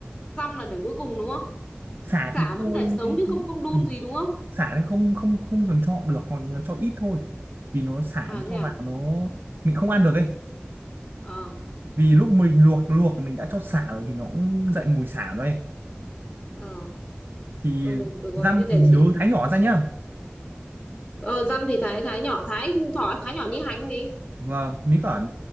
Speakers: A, in the centre; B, on the right.
A: dăm là để cuối cùng đúng không
B: xả
A: Sả
B: thì thôi
A: vẫn để sống chứ không không đun
B: ừ,
A: gì đúng không?
B: xả thì không không không cần cho được hoặc là cho ít thôi vì nó xả
A: À
B: nó
A: thế
B: cho
A: à?
B: vào nó mình không ăn được ấy
A: Ờ,
B: vì lúc mình luộc luộc mình đã cho xả rồi thì nó cũng dậy mùi xả rồi ấy.
A: ờ.
B: thì
A: Ừ, được rồi,
B: răm
A: thế để
B: thì nhớ
A: chị
B: thái nhỏ ra nhá
A: ờ dăm thì thái thái nhỏ, thái thỏ thái nhỏ như hành gì?
B: và nếu cả